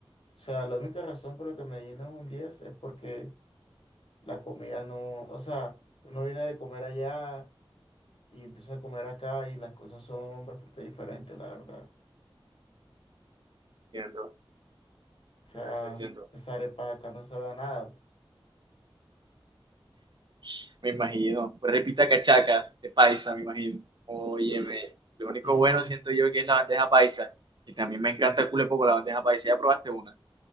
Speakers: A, on the left; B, on the right.
A: O sea, la única razón por la que Medellín es un 10 es porque la comida no, o sea, uno viene de comer allá y empieza a comer acá y las cosas son bastante diferentes, la verdad.
B: Siento,
A: O
B: siento,
A: sea,
B: siento. siento.
A: esa arepa de acá no sabe a nada.
B: <laughs> Me imagino. Pues Repita cachaca de paisa, me imagino. Óyeme, lo único
A: Sí,
B: bueno siento yo que es la bandeja paisa, que también me encanta culepo con la bandeja paisa. ¿Ya probaste una?